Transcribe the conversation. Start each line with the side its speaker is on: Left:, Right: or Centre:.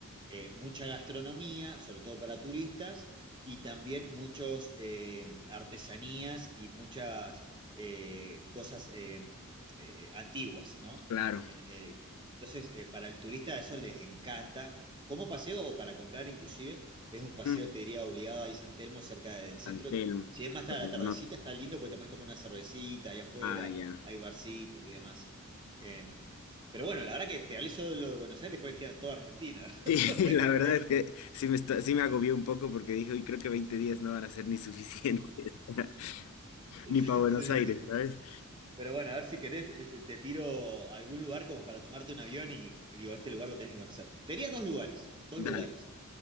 Right: eh, mucha gastronomía, sobre todo para turistas, y también muchos eh, artesanías y muchas eh, cosas eh, eh, antiguas, ¿no?
Left: claro.
Right: En- eh, entonces, eh, para el turista eso les encanta como paseo o para comprar inclusive. Es un paseo,
Left: Ujú.
Right: te diría, obligado ahí San Telmo, cerca del centro.
Left: San Telmo,
Right: Si es
Left: súper
Right: más tarde
Left: buenote.
Right: a la tardecita, está lindo porque te puedes tomar una cervecita ahí afuera,
Left: Ah, ya.
Right: hay barcitos y demás. Em, pero bueno, la verdad que te hablé solo de lo de Buenos Aires, después queda toda Argentina <laughs>
Left: Sí, <laughs>
Right: por recorrer.
Left: la verdad es que sí me, está- sí me agobió un poco porque dije, uy, creo que 20 días no van a ser ni suficientes, <laughs>
Right: Sí,
Left: ni para Buenos Aires,
Right: sí.
Left: ¿sabes?
Right: Pero bueno, a ver si querés, este, te tiro a algún lugar como para tomarte un avión y digo, este lugar lo tenés que conocer. Te diría dos lugares, dos
Left: Dale.
Right: lugares.